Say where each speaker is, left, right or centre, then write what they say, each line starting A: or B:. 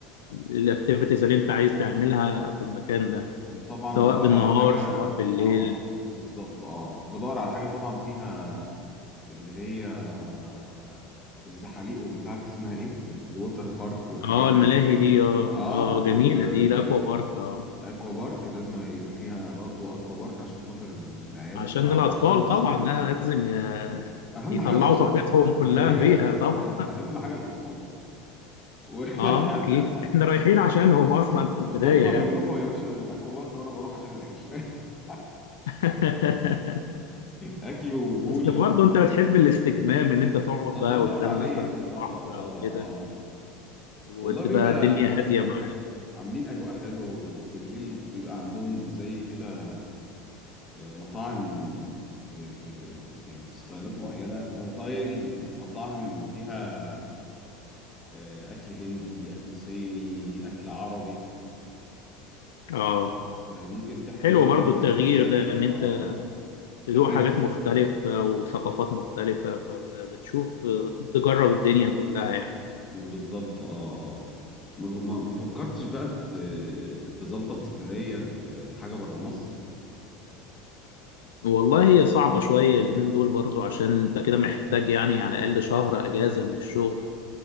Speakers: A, on the left; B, on the left.
A: الاكتيفيتيز اللي انت عايز تعملها في المكان ده
B: طبعا
A: سواء
B: بدور
A: بالنهار
B: على حاجة
A: سواء بالليل
B: اه بالظبط اه بدور على حاجه طبعا فيها اللي هي آه، الزحاليق والبتاع دي اسمها ايه الووتر بارك والحاجات
A: اه
B: دي
A: الملاهي دي اه
B: اه
A: اه
B: واكوا
A: جميلة دي الاكوا بارك اه
B: بارك لازم يبقى فيها برضو اكوا بارك عشان خاطر العيال
A: عشان
B: تبقى
A: الاطفال
B: مبسوطه
A: طبعا لا لازم ي-
B: اهم
A: يطلعوا
B: حاجه الاطفال
A: طاقتهم
B: ما
A: كلها
B: هي
A: فيها طبعا
B: أه- اهم حاجه الاطفال و...
A: اه
B: <laughs>
A: اكيد احنا رايحين عشانهم اصلا في البداية
B: هم بيروحوا
A: يعني
B: يا باشا للاكوا بارك وانا بروح عشان الاكل <laughs>
A: <laughs>
B: اكل وبول
A: بس برضه انت بتحب الاستجمام ان انت تقعد
B: الله
A: بقى
B: ينور
A: قدام
B: عليك
A: مثلا
B: اه
A: البحر
B: اه
A: او كده
B: اه
A: وتبقى
B: والله بيبقى
A: الدنيا هاديه معاك
B: عاملين أجواء حلوة وبالليل بيبقى عندهم زي كده آه، مطاعم ب... ب... يعني بستايلات معينة مطايل مطاعم فيها آه، أكل هندي أكل صيني أكل عربي
A: اه
B: ف- فممكن تحجز
A: حلو
B: أنت
A: برضه
B: من الريسبشن
A: التغيير ده ان انت
B: آه
A: تدوق
B: تحجز
A: حاجات مختلفه وثقافات مختلفه فبتشوف بتجرب الدنيا كلها يعني
B: بالظبط آه آه ما ما ما فكرتش بقى ت- تظبط سفرية ل- لحاجة بره مصر
A: والله هي صعبه شويه اليومين دول برضه عشان انت كده محتاج يعني على الاقل شهر اجازه من الشغل